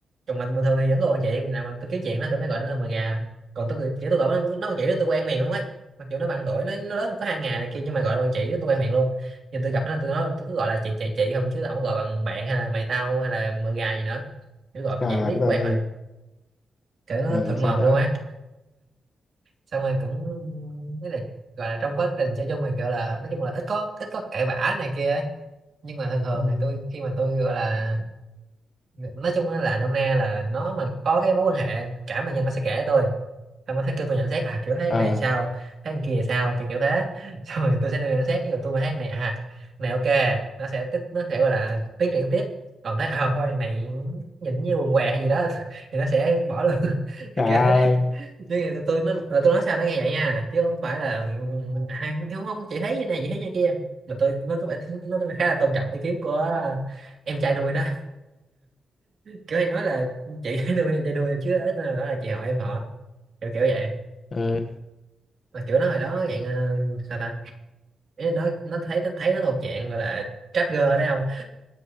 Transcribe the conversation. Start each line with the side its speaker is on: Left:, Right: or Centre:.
Right: chồng mình bình thường thì vẫn còn chị nào mà tôi kiếm chuyện đó tôi mới gọi nó là mà gà còn tôi chỉ tôi gọi nó nó bằng chị đó tôi quen miệng lắm ấy mặc dù nó bằng tuổi nó nó lớn có hai ngày này kia nhưng mà gọi nó bằng chị đó tôi quen miệng luôn nhưng tôi gặp nó tôi nói tôi cứ gọi là chị chị chị không chứ không có gọi bằng bạn hay là mày tao hay là mờ gà gì nữa cứ gọi bằng
Left: gà
Right: chị riết
Left: đất
Right: quen
Left: ơi
Right: rồi kiểu nó
Left: ừ,
Right: thuận
Left: sao
Right: mồm
Left: nữa
Right: luôn á xong rồi cũng với là gọi là trong quá trình chơi chung thì kiểu là nói chung là ít có ít có cãi vã này kia ấy. nhưng mà thường thường
Left: ừ.
Right: thì tôi khi mà tôi gọi là nói chung á là nôm na là nó mà có cái mối quan hệ cảm là nhân nó sẽ kể tôi xong nó sẽ kêu tôi nhận xét à kiểu tháng
Left: ờ
Right: này sao tháng kia sao kiểu kiểu thế <laughs> xong rồi tôi sẽ đưa nhận xét ví dụ tôi mà tháng này à này ok nó sẽ tiếp nó sẽ gọi là tiến triển tiếp còn thấy à thôi này nhìn như quần què hay gì đó <laughs> thì nó sẽ bỏ luôn <laughs> kiểu
Left: trời
Right: kiểu thế
Left: ơi
Right: chứ mà tôi tôi nó là tôi nói sao nó nghe vậy nha chứ không phải là "À, không không chị thấy như này chị thấy như kia mà tôi nó có vẻ nó nó khá là tôn trọng ý kiến của em trai nuôi nó kiểu hay nói là chị <laughs> nuôi em trai nuôi chứ ít nữa là chị họ em họ kiểu kiểu vậy
Left: ừ.
Right: mà kiểu nó hồi đó dạng ờ, sao ta Ý là nó nó thấy nó thấy nó thuộc dạng gọi là trap girl đấy không